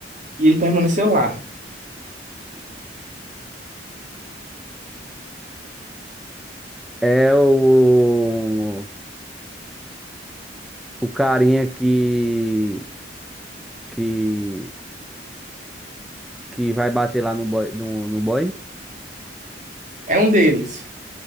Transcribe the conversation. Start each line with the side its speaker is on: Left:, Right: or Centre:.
Right: e ele permaneceu lá.
Centre: É o o carinha que que que vai bater lá no boy, no, no boy?
Right: É um deles.